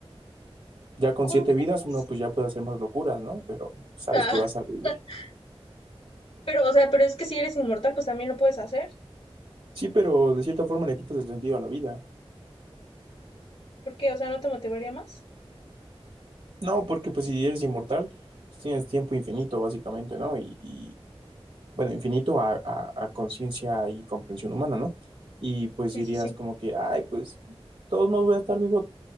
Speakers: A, on the right (about 70°); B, on the left (about 75°).
A: Ya con
B: ¿Cómo
A: siete
B: crees?
A: vidas uno pues ya puede hacer más locuras, ¿no? Pero sabes
B: Ah,
A: que vas a vivir.
B: <laughs> pero, o sea, pero es que si eres inmortal, pues también lo puedes hacer.
A: Sí, pero de cierta forma le quitas el sentido a la vida.
B: ¿Por qué? O sea, ¿no te motivaría más?
A: No, porque pues si eres inmortal, pues tienes tiempo infinito básicamente, ¿no? Y, bueno, infinito a, a- a conciencia y comprensión humana, ¿no? Y pues
B: Sí,
A: dirías
B: sí, sí.
A: como que, ay, pues, de todos modos voy a estar vivo,